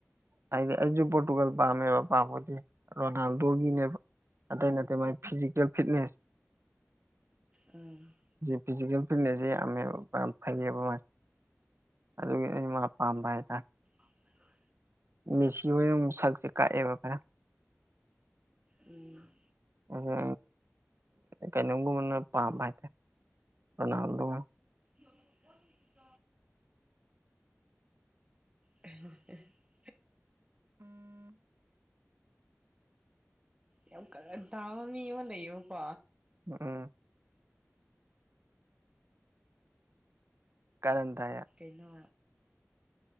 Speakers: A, on the right (about 65°); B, on the right (about 25°).
A: ꯍꯥꯏꯗꯤ ꯑꯩꯁꯨ ꯄꯣꯔꯇꯨꯒꯜ ꯄꯥꯝꯃꯦꯕ ꯄꯥꯝꯕꯗꯤ ꯔꯣꯅꯥꯜꯗꯣꯒꯤꯅꯦꯕ ꯑꯇꯩ ꯅꯠꯇꯦ ꯃꯥꯥꯏ ꯐꯤꯖꯤꯀꯦꯜ ꯐꯤꯠꯅꯦꯁ
B: ꯎꯝ
A: ꯐꯤꯖꯤꯀꯦꯜ ꯐꯤꯠꯅꯦꯁꯁꯦ ꯌꯥꯝꯃꯦꯕ ꯐꯩꯌꯦꯕ ꯃꯥꯁ ꯑꯗꯨꯒꯤ ꯑꯝꯕꯥꯏꯗ
B: ꯑ ꯍꯥꯏ
A: ꯃꯦꯁꯤ ꯑꯣꯏꯅ ꯁꯛꯁꯦ ꯀꯛꯑꯦꯕ ꯈꯔ
B: ꯎꯝ
A: ꯑꯗꯨ ꯀꯩꯅꯣꯝꯒꯨꯝꯕꯅ ꯄꯥꯝꯕ ꯍꯥꯏꯇꯥꯔꯦ ꯑꯅꯥꯜꯂ
B: ꯌꯦ <unintelligible> ꯑ <unintelligible> ꯌꯥꯝ ꯀꯔꯜ ꯇꯥꯕ ꯃꯤ ꯑꯃ ꯂꯩꯌꯦꯕꯀꯣ
A: ꯎꯝ ꯀꯔꯟ ꯇ
B: ꯀꯩꯅꯣ